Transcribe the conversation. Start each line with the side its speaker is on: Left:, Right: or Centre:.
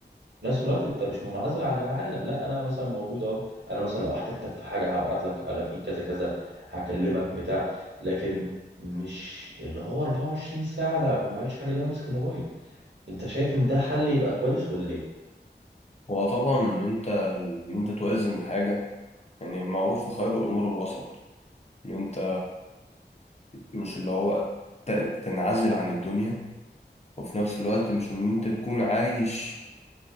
Right: في نفس الوقت انت مش منعزل عن العالم لا انا مثلا موجود اهو انا مثلا لو احتجتك في حاجة هبعت لك انا في كذا كذا هكلمك بتاع لكن مش اللي هو 24 ساعة انا ما عملتش حاجة اللي انا ماسك الموبايل انت شايف ان ده حل يبقى كويس ولا ايه
Left: هو طبعا ان انت ان انت توازن الحاجه يعني معروف خير الامور الوسط ان انت مش اللي هو ت- تنعزل عن الدنيا وفي نفس الوقت مش ان انت تكون عايش